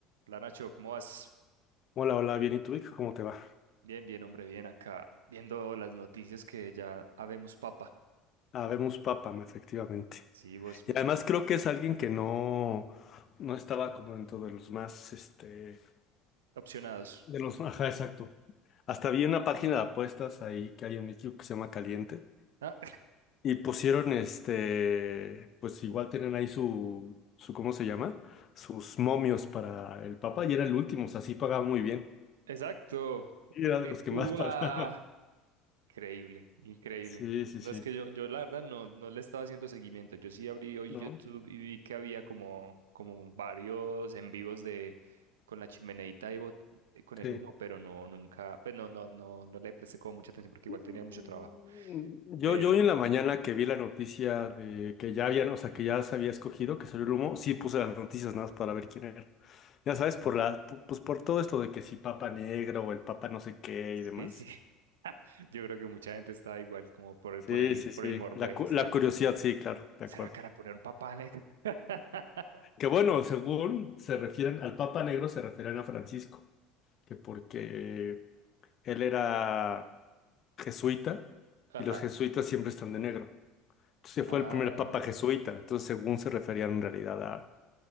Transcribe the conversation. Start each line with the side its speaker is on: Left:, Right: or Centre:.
Right: Hola Nacho, ¿cómo vas?
Left: Hola, hola, bien, ¿y tú, Vic? ¿Cómo te va?
Right: Bien, bien, hombre, bien acá, viendo las noticias que ya habemos papa.
Left: Habemos Papam, efectivamente.
Right: Sí, vos
Left: Y además creo que es alguien que no, no estaba como dentro de los más, este,
Right: opcionados.
Left: de los, ajá, exacto. Hasta vi una página de apuestas ahí que hay en México que se llama Caliente
Right: Ah,
Left: y pusieron, este, pues igual tienen ahí su, su, ¿cómo se llama? Sus momios para el Papa y era el último, o sea, sí pagaba muy bien.
Right: <laughs> exacto.
Left: Y era de
Right: Eh,
Left: los que
Right: ¡Uah!
Left: más pagaba. <laughs>
Right: Increíble, increíble.
Left: Sí, sí,
Right: No
Left: sí,
Right: es que yo, yo la verdad no, no le estaba haciendo seguimiento. Yo sí abrí hoy
Left: ¿no?
Right: YouTube y vi que había como, como varios en vivos de con la chimeneita y bot- eh, con el
Left: Sí.
Right: humo, pero no, nunca, pues no, no, no, no le presté como mucha atención porque
Left: Mm,
Right: igual tenía mucho trabajo.
Left: Yo,
Right: pero
Left: yo hoy en la mañana que vi la noticia de que ya habían, o sea, que ya se había escogido, que salió el humo, sí puse las noticias nada más para ver quién era. Ya sabes, por la, pu- pues por todo esto de que si Papa Negro o el Papa no sé qué
Right: Sí,
Left: y demás.
Right: sí. <laughs> Yo creo que mucha gente está igual, como por el,
Left: Sí,
Right: por el,
Left: sí,
Right: por
Left: sí.
Right: el morbo
Left: La,
Right: de,
Left: cu-
Right: ¿será,
Left: la curiosidad, sí, claro, de
Right: será
Left: acuerdo.
Right: cara poner un papá negro? <laughs>
Left: Que bueno, según se refieren al Papa Negro, se refieren a Francisco, que porque él era jesuita
Right: Ajá.
Left: y los jesuitas siempre están de negro. se
Right: Ah,
Left: fue el primer papa jesuita, entonces según se referían en realidad a,